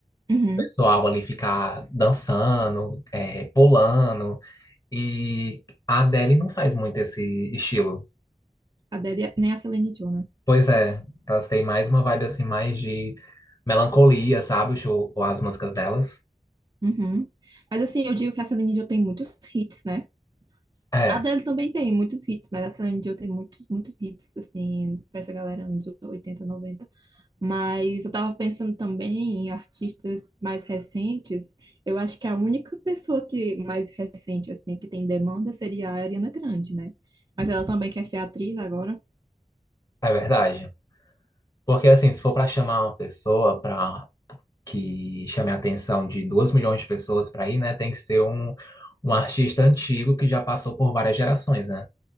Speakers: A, on the right; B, on the left.
A: uhum.
B: O pessoal ali ficar dançando, é, pulando. E a Adele não faz muito esse estilo.
A: A Adele, nem a Celine Dion, né?
B: Pois é, elas têm mais uma vibe assim, mais de melancolia, sabe? O show- ou as músicas delas.
A: Uhum. Mas assim, eu digo que a Celine Dion tem muitos hits, né?
B: É,
A: A Adele também tem muitos hits, mas a Celine Dion tem muitos, muitos hits, assim, pra essa galera anos 80 noventa Mas eu tava pensando também em artistas mais recentes. Eu acho que a única pessoa que mais recente, assim, que tem demanda seria a Ariana Grande, né? Mas ela também quer ser atriz agora.
B: é verdade. Porque assim, se for pra chamar uma pessoa pra que chame a atenção de duas milhões de pessoas pra ir, né? Tem que ser um, um artista antigo que já passou por várias gerações, né?